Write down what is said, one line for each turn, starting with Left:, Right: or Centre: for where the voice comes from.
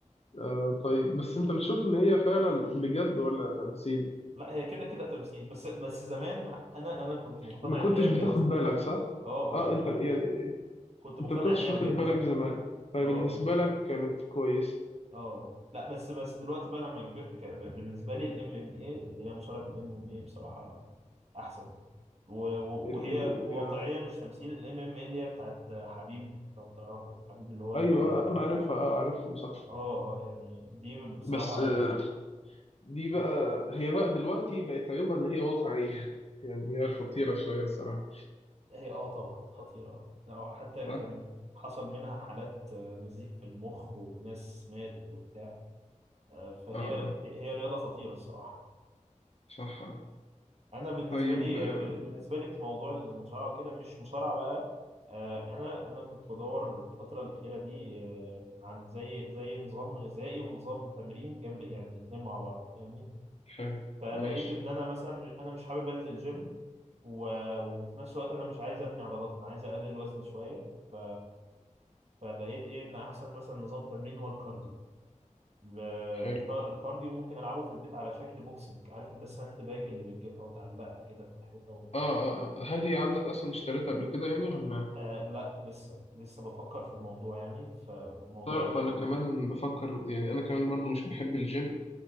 Left: اه طيب بس انت بتشوف ان هي فعلا بجد ولا تمثيل
Right: لا هي كده كده تمثيل بس بس زمان انا انا كنت مقتنع
Left: ما كنتش
Right: ان هي بجد
Left: بتاخد بالك صح
Right: اه
Left: اه
Right: اه كنت
Left: انت يعني
Right: كنت مقتنع
Left: انت ما كنتش
Right: ان هي
Left: واخد
Right: بجد
Left: بالك زمان فبالنسبه
Right: اه
Left: لك كانت كويس
Right: اه آه. لا بس بس دلوقتي بقى لما كبرت كان بالنسبه لي الام ام اي اللي هي مصارعه الام ام اي بصراحه احسن و- و-
Left: ال...
Right: وهي
Left: ال... ال...
Right: واقعيه
Left: آه.
Right: مش تمثيل الام ام اي اللي هي بتاعت حبيب لو تعرفه حبيب اللي هو ال-
Left: ايوه انا عارفها اه عارفهم صح
Right: اه آه، يعني دي بصراحه
Left: بس آه دي بقى هي بقى دلوقتي بقت عيوبها ان هي واقعيه <laughs> يعني هي خطيره شويه الصراحه
Right: هي اه طبعا خطيرة آه، لو حتى
Left: صح
Right: كان حصل منها حالات آه، نزيف في المخ وناس ماتت وبتاع آه، فهي
Left: اه آه.
Right: هي رياضة خطيرة الصراحة
Left: صح
Right: أنا بالنسبة
Left: طيب
Right: لي
Left: آم،
Right: آه، ب- بالنسبة لي في موضوع المصارعة وكده مش مصارعة بقى آه، أنا أنا كنت بدور الفترة الأخيرة دي آه، عن زي زي نظام غذائي ونظام تمرين جنب يعني الاتنين مع بعض فاهمني
Left: حلو
Right: فلقيت
Left: ماشي
Right: إن أنا مثلا أنا مش حابب أنزل جيم و- وفي نفس الوقت أنا مش عايز أبني عضلات أنا عايز أقلل وزني شوية ف فلقيت ايه ان احسن مثلا نظام تمرين هو الكارديو ب-
Left: حلو
Right: الك- الكارديو ممكن العبه في البيت على شكل بوكسنج عارف انت الساند باج اللي بتجيبها وتعلقها كده في الحيطه و...
Left: آه, آه, آه هل هي عندك أصلا اشتريتها قبل كده يعني ولا
Right: آه لا لسه لسه بفكر في الموضوع يعني فموضوع
Left: تعرف
Right: الب...
Left: أنا كمان بفكر يعني أنا كمان برضو مش بحب الجيم